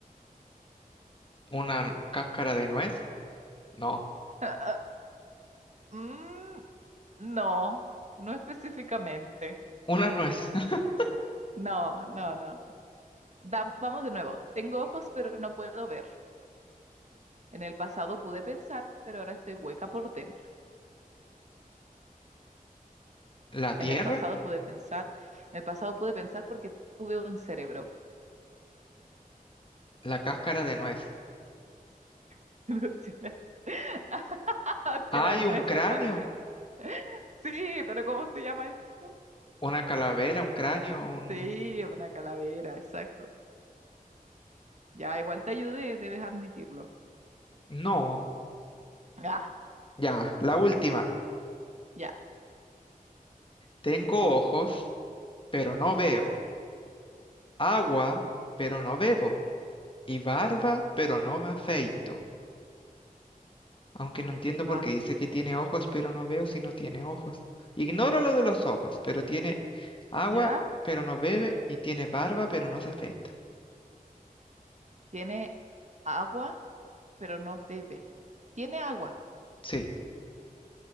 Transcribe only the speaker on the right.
<laughs> Ah, ah, Mm, no, no específicamente.
No, no, no. Da- vamos de nuevo. Tengo ojos, pero no puedo ver. En el pasado pude pensar, pero ahora estoy hueca por dentro.
En el pasado pude pensar, en el pasado pude pensar porque tuve un cerebro.
<laughs> Lucila. <laughs> Porque
las nueces
parece. Sí, pero ¿cómo se llama eso?
Sí, una calavera, exacto. Ya, igual te ayudé, debes admitirlo.
Ah,
ya,
barba.
Ya,
tiene agua, pero no bebe. Tiene agua.